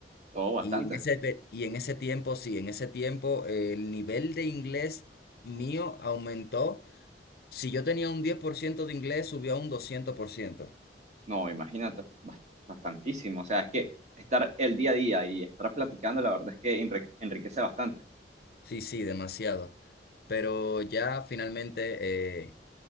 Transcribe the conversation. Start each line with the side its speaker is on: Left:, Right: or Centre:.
Right: Todo bastante.
Left: Y en ese, pe- y en ese tiempo, sí, en ese tiempo eh, el nivel de inglés mío aumentó. Si yo tenía un 10% de inglés, subió a un doscientos por ciento
Right: No, imagínate, bas- bastantísimo. O sea, es que estar el día a día y estar platicando, la verdad es que enrique- enriquece bastante.
Left: Sí, sí, demasiado. Pero ya finalmente, eh,